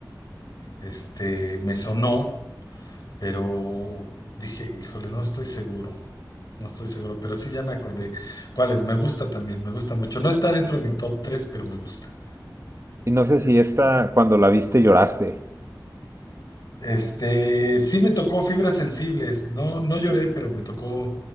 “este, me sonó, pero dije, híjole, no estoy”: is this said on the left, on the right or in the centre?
Left